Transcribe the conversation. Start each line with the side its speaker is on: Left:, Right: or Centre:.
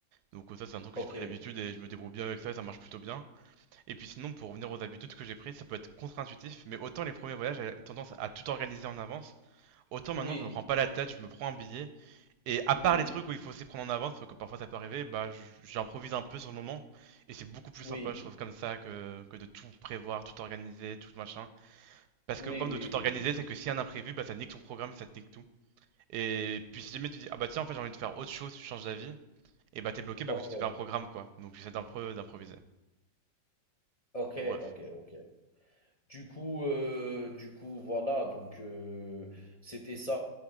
Right: Donc ça, c'est un truc
Left: Ok.
Right: que j'ai pris l'habitude et je me débrouille bien avec ça et ça marche plutôt bien. Et puis sinon, pour revenir aux habitudes que j'ai prises, ça peut être contre-intuitif, mais autant les premiers voyages, j'avais tendance à tout organiser en avance, autant maintenant,
Left: Oui,
Right: je me prends pas la tête, je me prends un billet Et à part
Left: oui,
Right: les trucs où il faut s'y prendre en avance, parce que parfois ça peut arriver, bah j- j'improvise un peu sur le moment. Et c'est beaucoup plus
Left: oui,
Right: sympa, je trouve, comme ça, que, que de tout prévoir, tout organiser, tout machin. Parce
Left: oui,
Right: que le problème
Left: oui,
Right: de tout
Left: oui.
Right: organiser,
Left: oui.
Right: c'est que s'il y a un imprévu, bah ça nique ton programme, ça te nique tout. Et puis si jamais tu dis, ah bah tiens, en fait j'ai envie de faire autre chose, tu changes d'avis, et bah t'es bloqué, bah
Left: Ok,
Right: que tu te fais un programme, quoi. Donc j'essaie d'un peu d'improviser.
Left: ok,
Right: Bref.
Left: ok, ok. Du coup, heu, du coup, voilà, donc heu, c'était ça